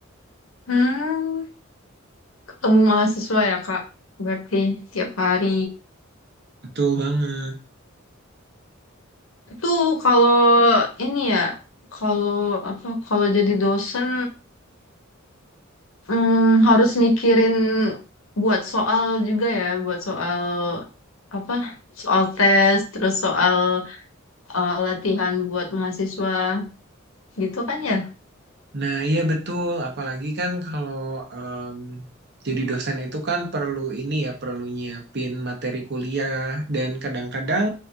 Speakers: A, on the left; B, on the right.
A: Hmm. Ketemu mahasiswa ya, Kak. Berarti tiap hari.
B: Betul banget.
A: Itu kalau ini ya, kalau apa kalau jadi dosen mm, harus mikirin buat soal juga ya, buat soal apa? Soal tes, terus soal eh, latihan buat mahasiswa gitu kan ya?
B: Nah, iya betul. Apalagi kan kalau em, jadi dosen itu kan perlu ini ya, perlu nyiapin materi kuliah dan kadang-kadang